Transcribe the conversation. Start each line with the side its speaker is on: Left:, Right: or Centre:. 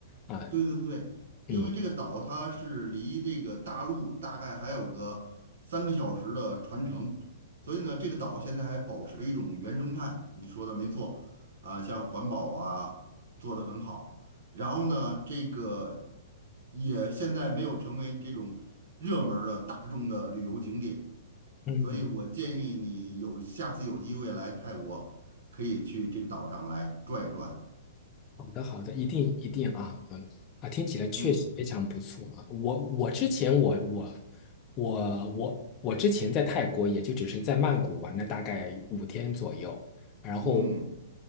Left: 啊。
Right: 对对对，因为这个岛它是离这个大陆大概还有个三个小时的船程，
Left: 嗯
Right: 所以呢，这个岛现在还保持一种原生态。你说的没错，啊，像环保啊做得很好，然后呢，这个也现在没有成为这种热门儿的大众的旅游景点。
Left: 嗯。
Right: 所以我建议你有下次有机会来泰国，可以去这个岛上来转一转。
Left: 好的，好的，一定一定啊，嗯啊，听起来确实非常不错啊。
Right: 嗯
Left: 我我之前我我我我我之前在泰国也就只是在曼谷玩了大概五天左右，然后
Right: 嗯